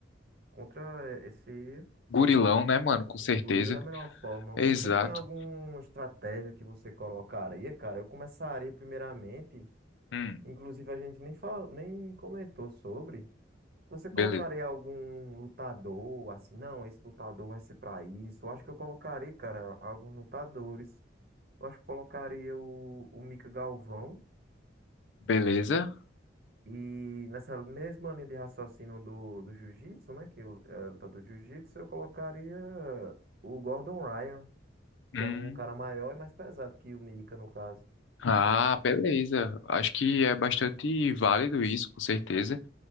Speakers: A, on the right; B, on the left.
A: contra esse,
B: Gurilão, né, mano? Com certeza.
A: esse gorila da melhor forma.
B: Exato.
A: Você tinha alguma estratégia que você colocaria, cara? Eu começaria primeiramente,
B: Hum,
A: inclusive a gente nem fala, nem comentou sobre. Você colocaria
B: beleza.
A: algum lutador assim? Não, esse lutador vai ser pra isso. Eu acho que eu colocaria, cara, alguns lutadores. Eu acho que eu colocaria o, o Mika Galvão.
B: Beleza.
A: E nessa mesma linha de raciocínio do, do jiu-jitsu, né? Que o- é lutador de jiu-jitsu, eu colocaria o Gordon Ryan,
B: Hum.
A: que é um cara maior e mais pesado que o Mika, no caso.
B: Ah, beleza. Acho que é bastante válido isso, com certeza.